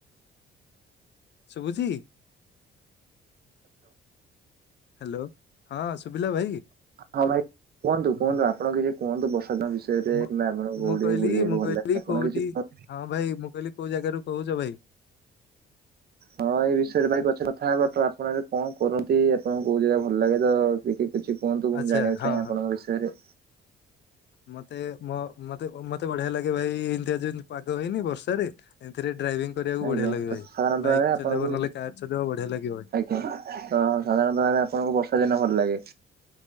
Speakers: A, on the left; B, on the right.
A: ଶୁଭୁଚି? ହ୍ୟାଲୋ। ହଁ ଶୁଭିଲା ଭାଇ?
B: ହଁ ଭାଇ କୁହନ୍ତୁ
A: ଆଜ୍ଞା
B: କୁହନ୍ତୁ
A: ଭାଇ।
B: ଆପଣ କିଛି କୁହନ୍ତୁ ବର୍ଷା ଦିନ ବିଷୟରେ କି
A: ମୁଁ
B: ଆପଣଙ୍କୁ କୋଉଠି
A: ମୁଁ କହିଲି
B: ବୁଲିବାକୁ
A: ମୁଁ
B: ଭଲ
A: କହିଲି
B: ଲାଗେ? ଆପଣ
A: କୋଉଠି
B: କିଛି କୁହ
A: ହଁ ଭାଇ ମୁଁ କହିଲି କୋଉ ଜାଗାରୁ କହୁଚ ଭାଇ?
B: ହଁ ଭାଇ ଏ ବିଷୟରେ ଭାଇ ପରେ କଥା ହବା। ଆପଣ ଏବେ କଣ କରନ୍ତି? ଆପଣଙ୍କୁ କୋଉ ଜାଗା ଭଲ ଲାଗେ ତ କିଛି କୁହନ୍ତୁ ମୁଁ
A: ଆଚ୍ଛା
B: ଜାଣିବାକୁ
A: ହଁ
B: ଚାହେଁ ଆପଣଙ୍କ
A: ହଁ।
B: ବିଷୟରେ।
A: ମତେ ମ ମତେ ମତେ ବଢିଆ ଲାଗେ ଭାଇ ଏମତିଆ ଯଉ ପାଗ ହେଇନି ବର୍ଷାରେ ଏମିତିରେ ଡ୍ରାଇଭିଂ କରିବାକୁ
B: ଆଜ୍ଞା
A: ବଢିଆ ଲାଗେ
B: ତ
A: ଭାଇ।
B: ସାଧାରଣତଃ
A: ବାଇକ୍
B: ଭାବେ ଆପଣଙ୍କୁ
A: ଚଲେଇବ ନହେଲେ କାର ଚଲେଇବ ବଢିଆ ଲାଗିବ ଭାଇ।
B: ତ ସାଧାରଣତଃ ଆପଣଙ୍କୁ ବର୍ଷା ଦିନ ଭଲ ଲାଗେ।